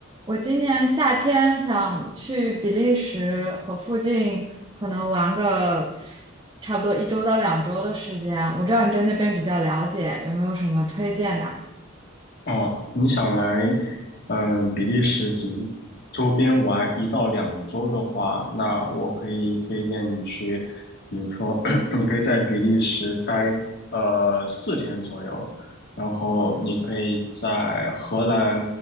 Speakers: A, on the right; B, on the left.
A: 我今年夏天想去比利时和附近，可能玩个差不多一周到两周的时间。我知道你对那边比较了解，有没有什么推荐的啊？
B: 哦，你想来，嗯、比利时及周边玩一到两周的话，那我可以推荐你去，比如说，<coughs> <clears throat> 你可以在比利时待呃四天左右，然后你可以在荷兰